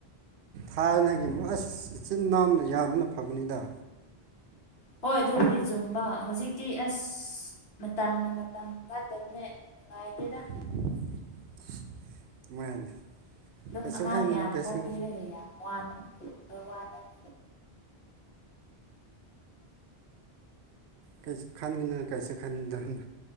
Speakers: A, on the right; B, on the left.
A: ꯊꯥꯏꯅꯒꯤ ꯑꯁ ꯏꯆꯤꯟ ꯅꯥꯎꯅ ꯌꯥꯝꯕꯅ ꯐꯕꯅꯤꯗ꯫
B: ꯍꯣꯏ ꯑꯗꯨꯕꯨꯗꯤ ꯆꯨꯝꯕ ꯍꯧꯖꯤꯛꯇꯤ ꯑꯁ ꯃꯇꯝꯅ ꯃꯇꯝ ꯐꯠꯇꯕꯅꯦ꯫ ꯉꯥꯏ ꯗꯦ ꯗ꯫
A: <unintelligible> <unintelligible>
B: ꯑꯗꯨꯝ
A: ꯀꯩꯁꯨ
B: ꯑꯉꯥꯡ
A: ꯈꯟꯒꯅꯨ
B: ꯌꯥꯝ
A: ꯀꯩꯁꯨ
B: ꯄꯣꯛꯄꯤꯔꯒ ꯌꯥꯝ ꯋꯥꯅ ꯈꯔ ꯋꯥꯅꯃꯤ꯫
A: ꯀꯩꯁꯨ ꯈꯟꯒꯅ ꯀꯩꯁꯨ ꯈꯟꯗꯅ